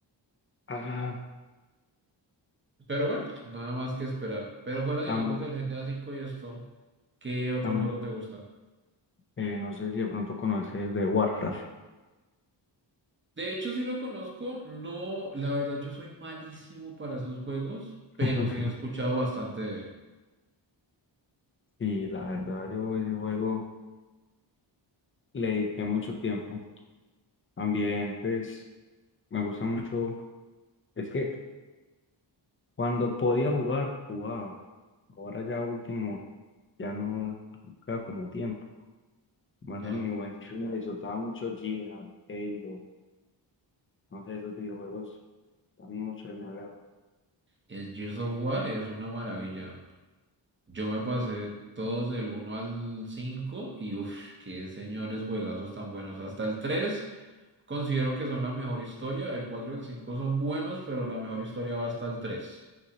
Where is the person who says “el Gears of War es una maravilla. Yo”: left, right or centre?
Right